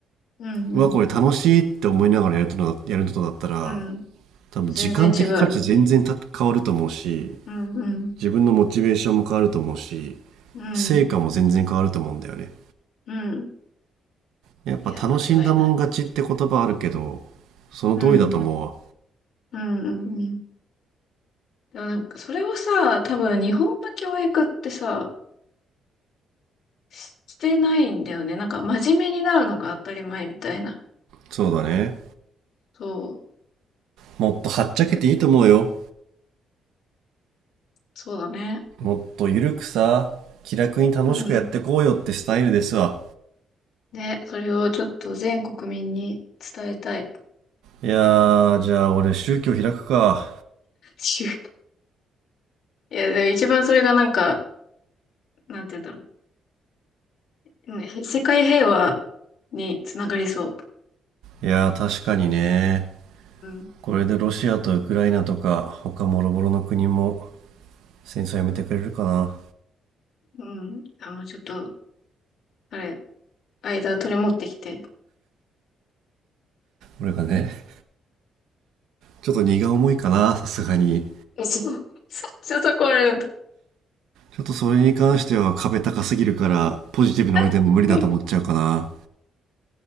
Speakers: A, on the left (about 65°); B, on the right (about 85°).
A: うん、
B: うわ、
A: うん。
B: これ楽しいって思いながらやるとな、やるのとだったら、
A: うん。
B: 多分時間的価値全然た変わると思うし、
A: 全然違うよね。うん、うん、
B: 自分のモチベーションも変わると思うし、
A: うん、
B: 成果も全然変わると思うんだよね。
A: うん。
B: やっぱ楽しんだもん勝ちって言葉あるけど、
A: いや、間違いない。
B: その通りだと思うわ。
A: うん、うん、うん。うんでもなんか、それをさ、多分日本の教育ってさ、ししてないんだよね。なんか、真面目になるのが当たり前みたいな。
B: そうだね。
A: そ
B: もっとはっちゃけていいと思うよ。
A: う。やそうだね。
B: もっとゆるくさ、気楽に楽しくやってこうよってスタイルですわ。
A: うん。ね、それをちょっと全国民に伝えたい。
B: いやー、じゃあ俺宗教開くか。
A: <laughs> ちゅいや、でも一番それがなんか、なんて言うんだろう。ね、世界平和につながりそ
B: いやー、確かにね。
A: う。うん。
B: これでロシアとウクライナとか、他もろもろの国も戦争やめてくれるかな。
A: うん。あの、ちょっと、あれ、間取り持ってきて。
B: 俺がね、ちょっと荷が重いかな、さすがに。
A: うん、そう。ちょっとこれ、
B: ちょっとそれに関しては壁高すぎるから、ポジティブな俺でも無理だと思っちゃうかな。
A: <laughs>